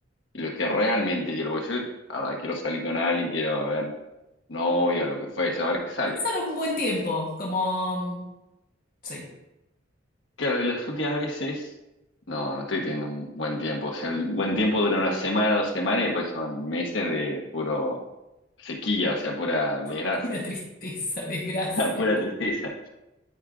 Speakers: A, on the left (about 75°); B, on the left (about 50°).
A: y lo que realmente quiero. Porque yo, ahora quiero salir con alguien, quiero a ver novia, lo que fue, saber qué sale.
B: Pasar un buen tiempo, como, mm, sí,
A: Claro, y las últimas veces, no, no estoy teniendo un buen tiempo. O sea, el buen tiempo dura una semana, dos semanas y después son meses de puro sequía, o sea, pura desgracia,
B: <laughs> pura tristeza, desgracia.
A: <laughs> pura tristeza.